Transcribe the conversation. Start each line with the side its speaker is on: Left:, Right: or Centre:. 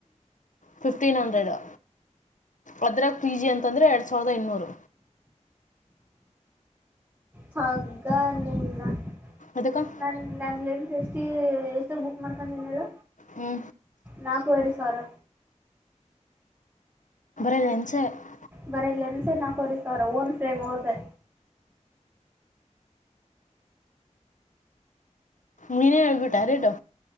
Left: ಫಿಫ್ಟೀನ್ ಹಂಡ್ರೆಡು ಅದ್ರಾಗ ಪಿ ಜಿ ಅಂತಂದರೆ ಎರಡು ಸಾವಿರದ ಇನ್ನೂರು.
Right: ಹಗ್ಗ ನಿನ್ನ <inaudible>
Left: ಅದಕ್ಕೆ
Right: ನನ್ನ ನಾ ಲೆಂತ ಎಷ್ಟ ಎಷ್ಟ ಬುಕ್ ಮಾಡ್ಕೊಂಡನಲ್ಲ
Left: ಹ್ಞೂ
Right: ನಾಕುವರಿ ಸಾವರ
Left: <unintelligible>
Right: ಬರೀ ಲೆನ್ಸ್ ನಾಕುವರಿ ಸಾವಿರ ಓನ್ ಫ್ರೇಮ್ ಅವ್ರದೆ
Left: ನೀನೇ ಹೇಳ್ಬಿಟ್ಟ ರೇಟು.